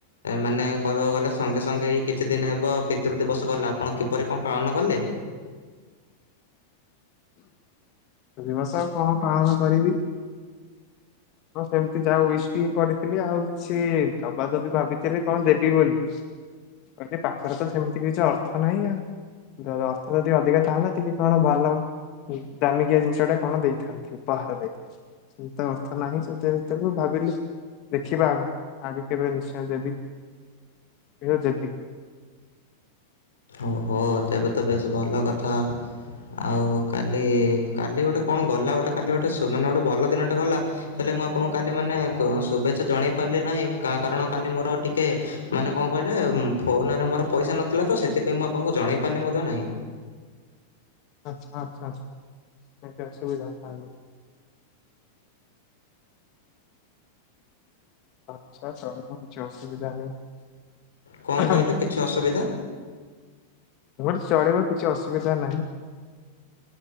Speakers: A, on the left; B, on the left.
A: ମାନେ କହିବାକୁ ଗଲେ ସଙ୍ଗେ ସଙ୍ଗେ ଏଇ କିଛି ଦିନ ହେବ ପିତୃ ଦିବସ ଗଲା ଆପଣ କିପରି କଣ ପାଳନ କଲେ?
B: ଦିବସ କଣ ପାଳନ କରିବି ହଁ ସେମିତି ଯାହା ୱିଶ କରିଥିଲି ଆଉ କିଛି ଦବା ଦବି ଭାବିଥିଲି କଣ ଦେବି ବୋଲି କହିଲି ପାଖରେ ତ ସେମିତି କିଛି ଅର୍ଥ ନାହିଁ ଆଉ ଅର୍ଥ ଯଦି ଅଧିକା ଥାନ୍ତା ଟିକେ କଣ ଭଲ ଦାମିକିଆ ଜିନିଷ ଟା କଣ ଦେଇଥାନ୍ତି ଉପହାରରେ ସେମତି ତ ଥ ନାହିଁ ସେତ ତେବେ ଭାବିଲି ଦେଖିବା ଆଉ କେବେ ନିଶ୍ଚୟ ଦେବି <unintelligible> ଦେବି।
A: ଓହୋ ତେବେ ତ ବେଶ ଭଲ କଥା ଆଉ କାଲି କାଲି ଗୋଟେ କଣ ଗଲା ଗୋଟେ କାଲି ଗୋଟେ ମାନେ ଗୋଟେ ଭଲ ଦିନଟେ ଗଲା ହେଲେ ମୁଁ ଆପଣଙ୍କୁ କାଲି ମାନେ ଶୁଭେ୍ଛା ଜଣେଇ ପାରିଲି ନାହିଁ କାରଣ କାଲି ମୋର ଟିକେ ମାନେ କଣ କହିଲେ ଫୋନରେ ମୋର ପଇସା ନଥିଲା ତ ସେଥି <unintelligible> ମୁଁ ଆପଣଙ୍କୁ ଜଣେଇ ପାରିଲି ମଧ୍ୟ ନାହିଁ।
B: ଆଛା ଆଚ୍ଛା ଏତେ ଅସୁବିଧା ତାହେଲେ। ଆଚ୍ଛା ଚଳିବ କିଛି ଅସୁବିଧା ନାହିଁ
A: କଣ କହିଲେ କିଛି ଅସୁବିଧା
B: ଗୋଟେ ଚଳିବ କିଛି ଅସୁବିଧା ନାହିଁ।